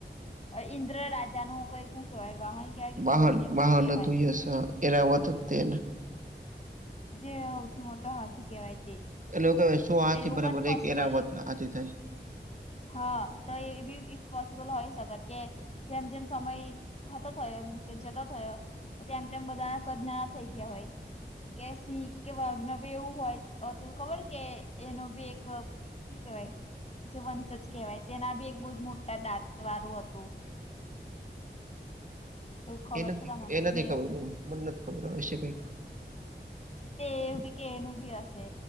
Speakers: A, on the left; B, on the right.
A: ઈન્દ્ર રાજા નું કંઈક વાહન. કેવાય કે
B: વાહન
A: ખબર નઈ કઈક
B: વાહન
A: કેવાય
B: હતું યસ એરાવત જ તે
A: જે સૌથી મોટો હાથી કહેવાય તે.
B: એટલે શું કહેવાય સો હાથી
A: તો એવું
B: બરાબર
A: પણ પોસિબલ
B: એક એરાવત હાથી થાય.
A: હા તો એ બી ઇ પોસિબલ હોય શકે કે જેમ જેમ સમય થતો થયો કે જતો થયો તેમ તેમ બધાના કદ નાના થઈ ગયા હોય કે સીંહ કે વાધ ના ભી એવું હોય તો ખબર કે એનો ભી એક શું કેવાય જે વંશજ કહેવાય તેના બી એક બહુ જ મોટા દાંત વારું હતું. એવું ખબર
B: એ નથી
A: છે તમને
B: એ નથી
A: મે
B: ખબર મને નથી ખબર હશે કંઈ.
A: તે એવું કે એનુ ભી હશે